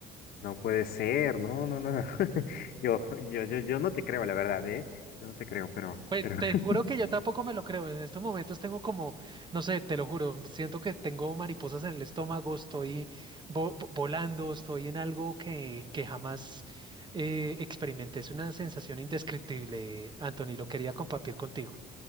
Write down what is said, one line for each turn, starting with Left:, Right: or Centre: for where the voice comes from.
Left: No puede ser, no, no, no. <laughs> Yo, yo, yo, yo no te creo, la verdad, ¿eh? Yo no te creo, pero,
Right: Pues
Left: pero,
Right: te
Left: <laughs>
Right: juro que yo tampoco me lo creo. En estos momentos tengo como, no sé, te lo juro, siento que tengo mariposas en el estómago, estoy vo- vo- volando, estoy en algo que, que jamás eh, experimenté. Es una sensación indescriptible, Anthony, lo quería compartir contigo.